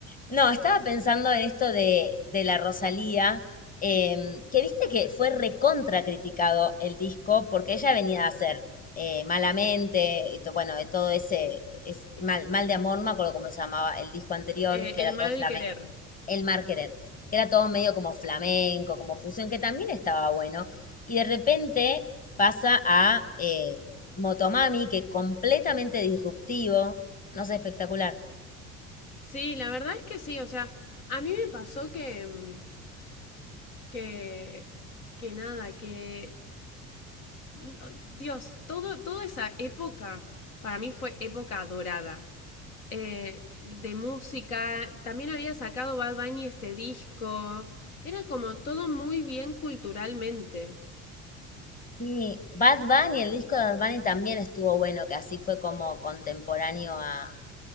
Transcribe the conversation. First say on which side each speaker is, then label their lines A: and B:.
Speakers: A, on the left; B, on the left.
A: No, estaba pensando en esto de, de la Rosalía, eh, que viste que fue recontra criticado el disco porque ella venía a hacer eh, Malamente, y to- bueno, de todo ese, es mal, mal de amor, no me acuerdo cómo se llamaba el disco anterior,
B: Eh,
A: que era
B: el mal
A: todo flamenco,
B: querer.
A: El Mar Querer, que era todo medio como flamenco, como fusión, que también estaba bueno. Y de repente pasa a eh, Motomami, que completamente disruptivo, no sé, espectacular.
B: Sí, la verdad es que sí, o sea, a mí me pasó que, mm, que, que nada, que, no, Dios, todo, toda esa época para mí fue época dorada. eh, de música. También había sacado Bad Bunny este disco. Era como todo muy bien culturalmente.
A: Sí, Bad Bunny, el disco de Bad Bunny también estuvo bueno, que así fue como contemporáneo a,